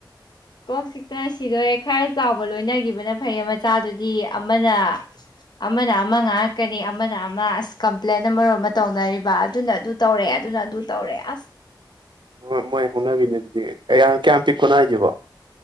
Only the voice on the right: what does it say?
ꯍꯣꯏ ꯃꯣꯏ ꯍꯣꯅꯕꯤꯅꯦ ꯑꯗꯨꯗꯤ ꯀꯌꯥ ꯀꯌꯥꯝ ꯄꯤꯛꯄꯣꯅ ꯍꯥꯏꯁꯤꯕꯣ꯫